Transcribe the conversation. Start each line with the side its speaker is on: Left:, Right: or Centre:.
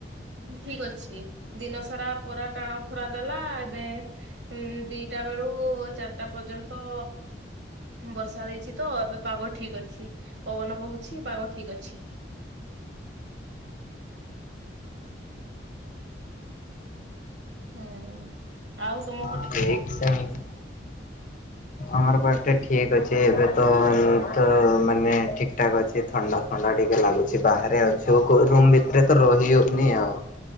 Right: ଠିକ ଅଛି। ଚି। ଦିନ ସାରା ପୁରା ଟାଣ ଖରା ଦେଲା ଏବେ ହୁଁ ଦିଟା ବେଳୁ ଚାରିଟା ପର୍ଯ୍ୟନ୍ତ ବର୍ଷା ଦେଇଛି ତ ଏବେ ପାଗ ଠିକ ଅଛି। ପବନ ବହୁଛି ପାଗ ଠିକ ଅଛି। ହୁଁ ଆଉ ତମ
Left: <inaudible> ଆମର ପାଗ ଟା ଠିକ ଅଛି ଏବେ ତ ତ ମାନେ ଠିକଠାକ ଅଛ ଛି। ଥଣ୍ଡା ଥଣ୍ଡା ଟିକେ ଲାଗୁଛି ବାହାରେ ଅଛୁ ରୁମ୍ ଭିତରେ ତ ରହି ହଉନି ଆଉ।